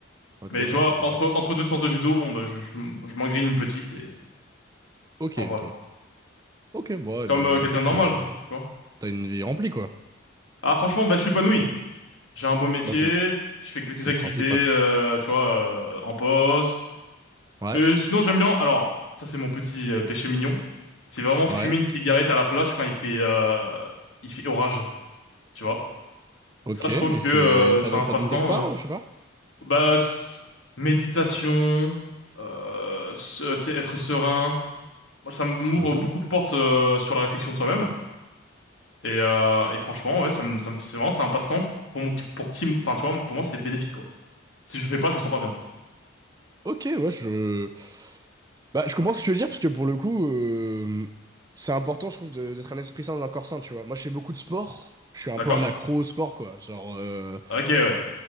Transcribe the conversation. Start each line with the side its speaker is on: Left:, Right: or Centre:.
Right: Ok,
Left: Mais tu
Right: ouais,
Left: vois,
Right: je comprends.
Left: entre, entre deux séances de judo, bon, bah, je, je, m- je m'engrine une petite et...
Right: Ok,
Left: Enfin, voilà.
Right: ok. Ok, bon, ouais,
Left: Comme
Right: bah,
Left: euh, quelqu'un
Right: tu
Left: de
Right: fais.
Left: normal, tu vois.
Right: T'as une vie remplie, quoi.
Left: Ah, franchement, bah, je suis épanoui. J'ai un beau métier,
Right: Bah, c'est le,
Left: je fais quelques
Right: c'est
Left: activités,
Right: le principal.
Left: euh, tu vois, euh, en pause.
Right: Ouais,
Left: Euh, sinon, j'aime bien... Alors, ça, c'est mon petit euh, péché mignon. C'est vraiment fumer
Right: ouais.
Left: une cigarette à la plage quand il fait, euh, il fait orage, tu vois.
Right: Ok,
Left: Ça, je
Right: et
Left: trouve que
Right: c'est,
Left: euh,
Right: ça,
Left: c'est
Right: va-
Left: un
Right: ça
Left: passe-temps.
Right: donne quelque part,
Left: euh.
Right: je sais pas.
Left: Bah, s- méditation, euh, se- tu sais, être serein. Moi, ça m'ouvre
Right: Mhm.
Left: beaucoup de portes euh, sur la réflexion de soi-même. Et, euh, et franchement, ouais, ça me, ça me, c'est vraiment, c'est un passe-temps pour moi, pour qui, enfin, tu vois, pour moi, c'est bénéfique, quoi. Si je le fais pas, je me sens pas bien.
Right: Ok, ouais, je. Bah, je comprends ce que tu veux dire, parce que pour le coup, euh, c'est important, je trouve, de- d'être un esprit sain dans un corps sain, tu vois. Moi, je fais beaucoup de sport. Je suis un
Left: D'accord?
Right: peu un accro au sport, quoi. Genre. euh,
Left: Ok, ouais.